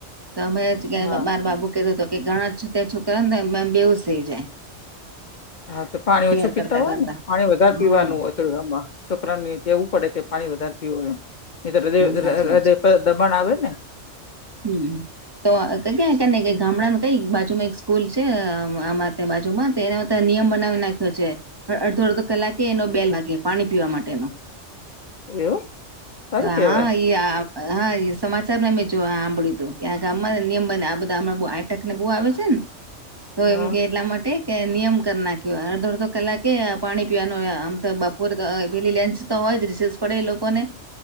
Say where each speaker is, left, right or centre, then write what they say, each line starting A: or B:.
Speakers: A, on the right (about 25°); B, on the left (about 50°).
A: તો અમે
B: હા
A: માર બાબો કેતો કે ઘણા ત્યાં છોકરાને ને બેહોશ થઈ જાય
B: હા તો પાણી
A: પ્યાર
B: ઓછું
A: કરતા
B: પીતા હોય
A: કરતા
B: ને પાણી વધારે
A: હમ
B: પીવાનું હોય. છોકરાને કેવું પડે કે પાણી વધારે પીવુંય એ હદય
A: હા સાચી વાત
B: હદય
A: છે
B: દમણ આવે ને
A: હમ તો ક્યા કને ગામડાનું કઈ બાજુમાં એક સ્કૂલ છે આમાં ત્યાં બાજુમાં તે એમા નિયમ બનાવી નાખ્યો છે. અડધો અડધો કલાકે એનો બેલ લાગે પાણી પીવા માટેનો
B: એવું સારું
A: હા
B: કેવાય
A: એ હા સમાચાર મેમે જો આંબળી તો ક્યા આને નિયમ બને આ બધા હણાં એટકને બહુ આવે છે ને તો
B: હા
A: એમ કે એટલા માટે કે નિયમ કરી નાખ્યો હોય અડધો અડધો કલાકે પાણી પીવાનુંય આમ તો બપોરે પેલી લંચ તો હોય જ રિસેસ પડે એ લોકોને